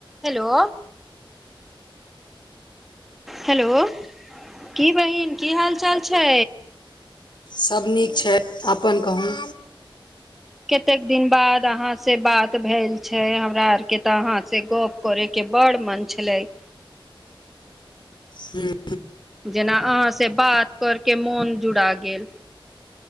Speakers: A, in the centre; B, on the left.
A: Hello hello की बहिन की हाल चाल छै।
B: सभ नीक छै, अपन कहू
A: कतेक दिन बाद आहां से बात भेल छै हमरा आर के त आहां से गप करे के बड़ मन छै। छल इ
B: हू
A: जेना अहाँसँ बात करकेऽ, मोन जुड़ा गेल।